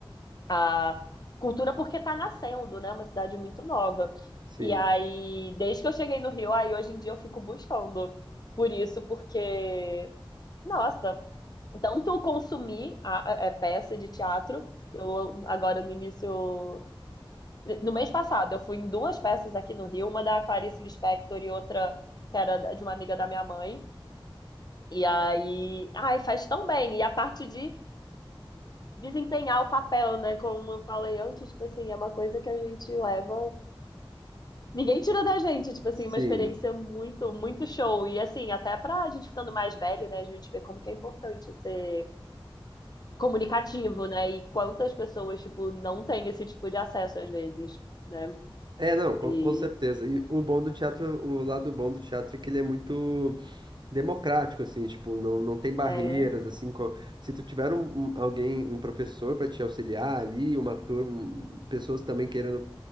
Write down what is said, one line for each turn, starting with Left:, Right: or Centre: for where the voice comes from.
Left: à cultura, porque está nascendo, né? Uma cidade muito nova.
Right: Sim,
Left: E aí, desde que eu cheguei no Rio, aí hoje em dia eu fico buscando por isso, porque, nossa, tanto consumir a, a é, peça de teatro, eu agora no início, no mês passado, eu fui em duas peças aqui no Rio, uma da Clarice Lispector e outra que era de uma amiga da minha mãe. E aí, ai, faz tão bem. E a parte de desempenhar o papel, né? Como eu falei antes, tipo assim, é uma coisa que a gente leva. Ninguém tira da gente, tipo assim,
Right: sim.
Left: uma experiência muito, muito show. E assim, até pra gente ficando mais velho, né? A gente vê como que é importante ser comunicativo, né? E quantas pessoas, tipo, não têm esse tipo de acesso às vezes, né?
Right: É, não, com,
Left: E
Right: com certeza. E o bom do teatro, o lado bom do teatro é que ele é muito democrático, assim, tipo, não, não tem barreiras,
Left: é,
Right: assim, co- se tu tiver um, um- alguém, um professor para te auxiliar ali, uma turma, um- pessoas também querendo